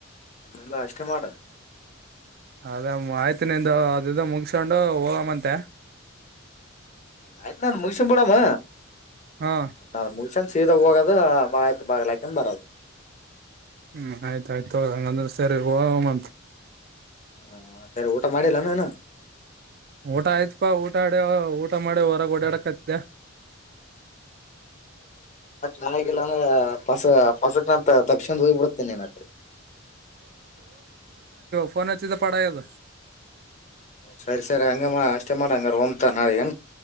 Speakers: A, on the left; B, on the right.
A: ಇಲ್ಲ ಅಷ್ಟೇ ಮಾಡ.
B: ಅದೇ ಆಯ್ತು ನಿಂದು ಅದ ಇದು ಮುಗಸಕೊಂಡು ಹೋಗಮ್ಮಂತೆ.
A: ಆಯ್ತ್ ನಾನು ಮುಗಸನ್ ಬಿಡಮ್ಮ
B: ಹಾ
A: ಆಯ್ ಮುಗಿಸಿಕೊಂಡ ಸೀದಾ ಹೋಗದ. ಆಯ್ತು ಬಾಗಲ ಹಾಕೊಂಡ ಬರದು.
B: ಹ್ಮ್ ಆಯ್ತಾಯ್ತು ತೊಗೊ ಹಂಗಂದ್ರ ಸೇರಿ ಹೋಗೊಮ್ಮ ಅಂತ.
A: ಹ ಸರಿ ಊಟ ಮಾಡಿಲ್ಲಾನ ಇನ್ನ?
B: ಊಟ ಆಯ್ತ್ಪಾ ಊಟ ಆಡ ಊಟ ಮಾಡಿ ಹೊರಗ ಓಡ್ಯಾಡಕತ್ತಿದ್ದೆ.
A: ನನಗಿಲ್ಲ ಅಂದ್ರ ಪಸ ಪಸಕ್ನಂತ ತಪ್ಸಂದ ಹೋಗ್ ಬಿಡ್ತಿನೀ ನಾನ್
B: ಫೋನ್ಚ್ಚದೆ ಪಡಾಯದ.
A: ಸರಿ ಸರಿ ಹಂಗ ಮಾಡ್ ಅಷ್ಟೇ ಮಾಡಂಗಾರ ಹೊಮ್ತ ನಾಳೆಗ